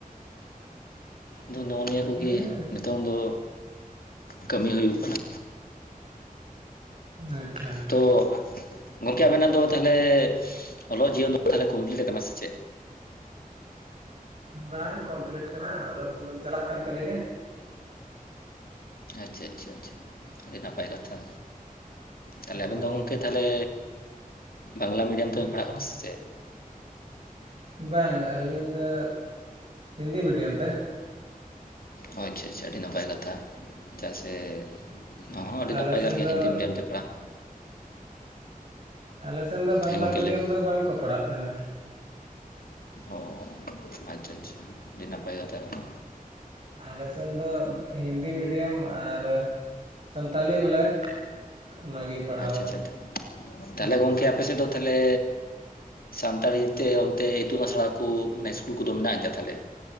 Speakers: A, on the left (about 85°); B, on the right (about 50°).
A: ᱟᱫᱚ ᱱᱚᱜᱼᱚ ᱱᱤᱭᱟᱹ ᱠᱚᱜᱮ
B: ᱦᱮᱸ
A: ᱱᱤᱛᱚᱝ ᱫᱚ ᱠᱟᱹᱢᱤ ᱦᱩᱭᱩᱜ ᱠᱟᱱᱟ
B: ᱟᱪᱪᱷᱟ
A: ᱛᱚ ᱜᱚᱝᱠᱮ ᱟᱵᱮᱱᱟᱜ ᱫᱚ ᱛᱟᱦᱚᱞᱮ ᱚᱞᱚᱜ ᱡᱤᱭᱚᱱ ᱫᱚ ᱛᱟᱦᱚᱞᱮ ᱠᱚᱢᱯᱞᱤᱴ ᱠᱟᱱᱟ ᱥᱮ ᱪᱮᱫ
B: ᱵᱟᱝ ᱠᱚᱢᱯᱞᱤᱴ ᱠᱟᱱᱟ ᱚᱞᱚᱜ ᱡᱤᱭᱚᱱ ᱪᱟᱞᱟᱜ ᱠᱟᱱ ᱛᱟᱹᱞᱤᱧᱟ
A: ᱟᱪᱪᱷᱟ ᱟᱪᱪᱷᱟ ᱟᱹᱰᱤ ᱱᱟᱯᱟᱭ ᱠᱟᱛᱷᱟ ᱛᱟᱦᱞᱮ
B: ᱦᱳᱭ
A: ᱟᱵᱮᱱ ᱫᱚ ᱜᱚᱝᱠᱮ ᱛᱟᱦᱞᱮ ᱵᱟᱝᱞᱟ ᱢᱤᱰᱤᱭᱟᱢ ᱛᱮᱵᱮᱱ ᱯᱟᱲᱦᱟᱜ ᱠᱟᱱᱟ ᱥᱮ ᱪᱮᱫ
B: ᱵᱟᱝ ᱟᱹᱞᱤᱧ ᱫᱚ ᱦᱤᱱᱫᱤ ᱢᱤᱰᱤᱭᱟᱢ ᱛᱮ
A: ᱚ ᱟᱪᱪᱷᱟ ᱟᱪᱪᱷᱟ ᱟᱹᱰᱤ ᱱᱟᱯᱟᱭ ᱠᱟᱛᱷᱟ ᱪᱮᱫᱟᱜ ᱥᱮ ᱱᱚᱣᱟ ᱦᱚᱸ ᱟᱹᱰᱤ ᱱᱟᱯᱟᱭ
B: ᱟᱞᱮ ᱥᱮᱱ
A: ᱠᱟᱱ ᱜᱮᱭᱟ
B: ᱫᱚ
A: ᱦᱤᱱᱫᱤ ᱢᱤᱰᱤᱭᱟᱢ ᱛᱮ ᱯᱟᱲᱦᱟᱜ
B: ᱟᱞᱮᱥᱮᱱ ᱫᱚ ᱵᱟᱝᱞᱟ
A: ᱦᱮᱸ ᱜᱚᱝᱠᱮ
B: ᱢᱤᱰᱤᱭᱟᱢ
A: ᱞᱟᱹᱭ ᱵᱮᱱ
B: ᱫᱚ ᱵᱟᱝᱠᱚ ᱯᱟᱲᱦᱟᱜ ᱛᱟᱦᱮᱱᱟ
A: ᱚ ᱟᱪᱪᱷᱟ ᱟᱪᱪᱷᱟ ᱟᱹᱰᱤ ᱱᱟᱯᱟᱭ ᱠᱟᱛᱷᱟ ᱠᱟᱱᱟ
B: ᱟᱞᱮ ᱥᱮᱱ ᱫᱚ ᱦᱤᱱᱫᱤ ᱢᱤᱰᱤᱭᱟᱢ ᱟᱨ ᱥᱟᱱᱛᱟᱞᱤ ᱵᱚᱞᱮ ᱚᱱᱟᱜᱮ ᱯᱟᱲᱦᱟᱣ
A: ᱟᱪᱪᱷᱟ ᱟᱪᱪᱷᱟ ᱛᱟᱦᱞᱮ
B: ᱦᱩᱭᱩᱜ
A: ᱜᱚᱢᱠᱮ
B: ᱠᱟᱱᱟ
A: ᱟᱯᱮ ᱥᱮᱫ ᱫᱚ ᱛᱟᱦᱞᱮ ᱥᱟᱱᱛᱟᱲᱤ ᱛᱮ ᱚᱱᱛᱮ ᱤᱛᱩᱱ ᱟᱥᱲᱟ ᱠᱚ ᱤᱥᱠᱩᱞ ᱠᱚᱫᱚ ᱢᱮᱱᱟᱜ ᱜᱮᱭᱟ ᱛᱟᱦᱞᱮ